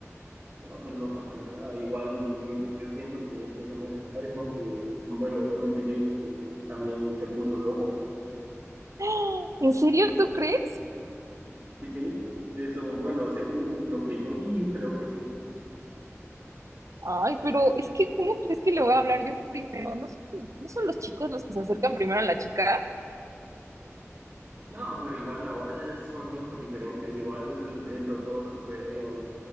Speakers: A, on the right; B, on the right.
A: No, pero no pasa nada. Igual mm, yo siento que tú también le traes porque, bueno, yo me fijé que también te puso el ojo.
B: ¡Ah! ¿En serio tú crees?
A: Sí, sí. Eso, bueno, según lo que yo vi, creo que sí.
B: Ay, pero es que ¿cómo crees que le voy a hablar yo primero? ¿No son, no son los chicos los que se acercan primero a la chica?
A: No, pero igual ahora es- son tiempos diferentes, igual eh, los dos, eh,